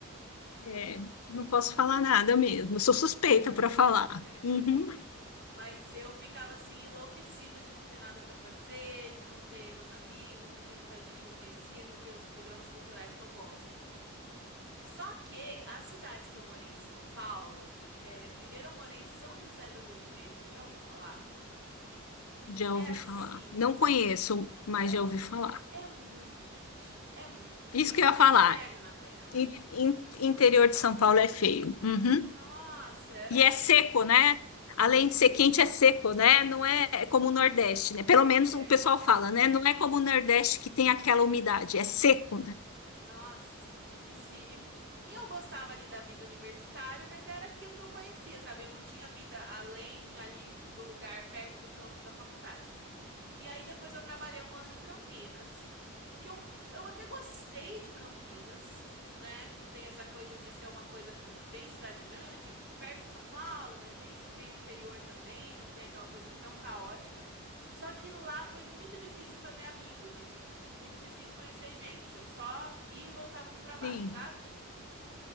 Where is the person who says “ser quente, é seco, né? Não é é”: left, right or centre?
Left